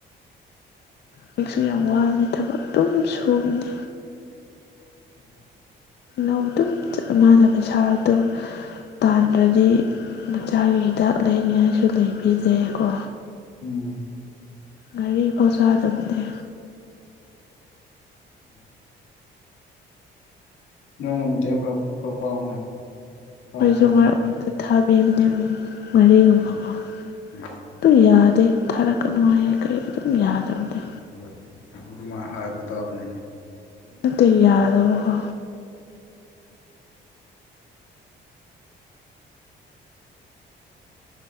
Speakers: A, on the left; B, on the left.
A: ꯍꯧꯖꯤꯛꯁꯨ ꯌꯥꯝ ꯋꯥꯕꯅꯤ ꯊꯕꯛ ꯑꯗꯨꯝ ꯁꯨꯕꯅꯤ
B: ꯎꯝ
A: ꯂꯧ ꯑꯗꯨꯝ ꯆꯠ ꯃꯥꯅ ꯄꯩꯁꯥꯗꯣ ꯇꯥꯟꯗ꯭ꯔꯗꯤ ꯃꯆꯥꯒꯤ ꯍꯤꯗꯥꯛ ꯂꯩꯅꯤꯡꯉꯥꯏꯁꯨ ꯂꯩꯕꯤꯗꯩꯀꯣ
B: ꯎꯝ
A: ꯒꯥꯔꯤ ꯐꯥꯎ ꯆꯥꯗꯕꯅꯦ
B: ꯎꯝ ꯅꯣꯏꯅ ꯃꯇꯦꯡ ꯈꯔ ꯈꯔ ꯄꯥꯡꯅꯦ ꯄꯥꯡꯗ
A: ꯑꯩꯈꯣꯏꯁꯨ
B: ꯄꯥꯡꯉꯝꯒꯅꯤ
A: ꯃꯔꯛ ꯃꯔꯛꯇ ꯊꯥꯕꯤꯕꯅꯦ ꯃꯔꯤꯒꯨꯝꯕꯀꯣ
B: ꯎꯝ ꯎꯝ
A: ꯑꯗꯨ ꯌꯥꯗꯦ ꯊꯥꯔꯛꯀꯅꯨ ꯍꯥꯏ ꯀꯩ ꯑꯗꯨꯝ ꯌꯥꯗꯕꯗꯤ
B: ꯍꯣꯏ ꯊꯃꯣ ꯑꯗꯨꯃꯥꯏꯅ ꯍꯥꯏꯕ ꯇꯥꯕꯅꯤꯅꯦ
A: ꯠꯇ ꯌꯥꯗꯕꯀꯣ